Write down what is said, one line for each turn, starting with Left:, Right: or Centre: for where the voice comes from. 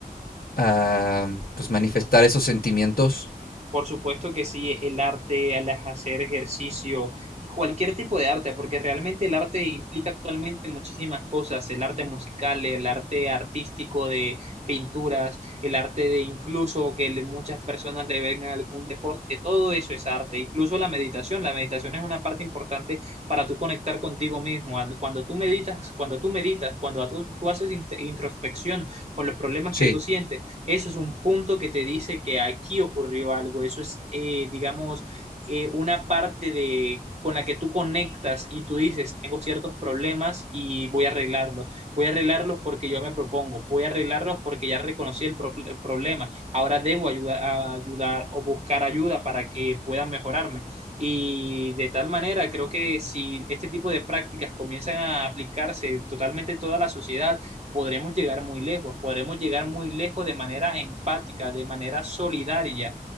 Left: a pues, manifestar esos sentimientos?
Right: Por supuesto que sí, el arte, al hacer ejercicio y cualquier tipo de arte, porque realmente el arte implica actualmente muchísimas cosas, el arte musical, el arte artístico de pinturas, el arte de incluso que le- muchas personas le ven a algún deporte, todo eso es arte, incluso la meditación, la meditación es una parte importante para tú conectar contigo mismo, Al- cuando tú meditas, cuando tú meditas, cuando tú, tú haces int- introspección con los problemas
Left: Sí,
Right: que tú sientes, eso es un punto que te dice que aquí ocurrió algo. Eso es, eh, digamos, eh, una parte de con la que tú conectas y tú dices, tengo ciertos problemas y voy a arreglarlos. Voy a arreglarlos porque yo me propongo. Voy a arreglarlos porque ya reconocí el, pro- el problema. Ahora debo ayudar, a ayudar o buscar ayuda para que puedan mejorarme. Y de tal manera, creo que si este tipo de prácticas comienzan a aplicarse totalmente en toda la sociedad, podremos llegar muy lejos, podremos llegar muy lejos de manera empática, de manera solidaria,